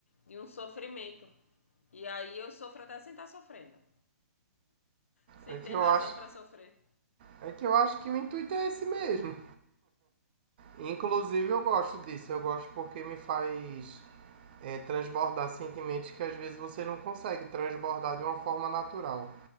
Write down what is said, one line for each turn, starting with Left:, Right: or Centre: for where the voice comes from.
Left: de um sofrimento. E aí eu sofro até sem estar sofrendo. Sem
Right: É
Left: ter
Right: que eu
Left: razão
Right: acho,
Left: pra sofrer.
Right: é que eu acho que o intuito é esse mesmo. Inclusive eu gosto disso, eu gosto porque me faz é, transbordar sentimentos que às vezes você não consegue transbordar de uma forma natural.